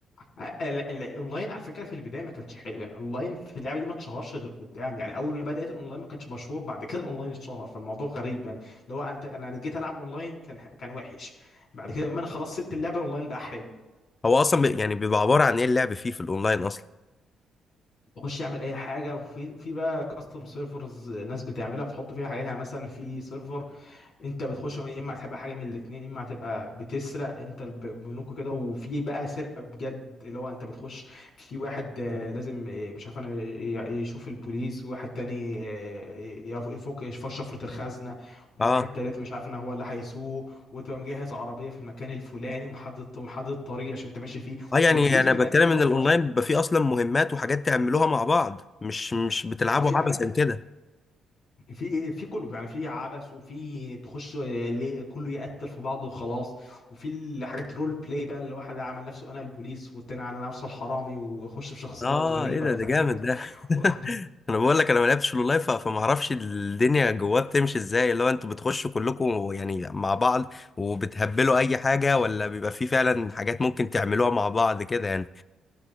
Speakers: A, on the left; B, on the left.
A: آه، ال- ال- الاونلاين على فكره في البدايه ما كانش حلو يعني الاونلاين في اللعبه دي ما اتشهرش غير قدام يعني اول ما بدات الاونلاين ما كانش مشهور بعد كده الاونلاين اتشهر فالموضوع غريب يعني اللي هو انت انا جيت العب اونلاين كان ح- كان وحش بعد كده لما انا خلاص سبت اللعبه الاونلاين بقى حلو
B: هو اصلا بي- يعني بيبقى عباره عن ايه اللعب فيه في الاونلاين اصلا
A: بخش اعمل اي حاجه وفي في بقى كاستم سيرفرز ناس بتعملها بتحط فيها حاجات يعني مثلا في سيرفر انت بتخش يا اما هتبقى حاجه من الاتنين يا اما هتبقى بتسرق انت الب- بنوك كده وفي بقى سرقه بجد اللي هو انت بتخش في واحد آه، لازم آه، مش عارف انا ي- يشوف البوليس وواحد تاني آه، يف- يفك يفك شفره الخزنه وواحد
B: اه
A: تالت مش عارف انا هو اللي هيسوق وتبقى مجهز عربيه في المكان الفلاني ومحدد ومحدد طريق عشان انت ماشي فيه
B: اه يعني
A: والبوليس
B: انا
A: بني
B: بتكلم
A: ادمين برضو
B: ان الاونلاين
A: عش-
B: بيبقى فيه اصلا مهمات وحاجات تعملوها مع بعض مش مش بتلعبوا
A: في
B: عبثا كده
A: في في كله يعني في عبث وفي تخش ليه كله يقتل في بعضه وخلاص وفي الحاجات رول بلاي بقى اللي واحد عامل نفسه انا البوليس والتاني انا نفسه الحرامي ويخش في شخصيات
B: اه
A: غريبه
B: ايه ده
A: فاهم
B: ده جامد
A: انت
B: ده <laughs>
A: و-
B: انا بقول لك انا ما لعبتش الاونلاين ف- فما اعرفش الدنيا جواه بتمشي ازاي اللي هو انتوا بتخشوا كلكم يعني مع بعض وبتهبلوا اي حاجه ولا بيبقى فيه فعلا حاجات ممكن تعملوها مع بعض كده يعني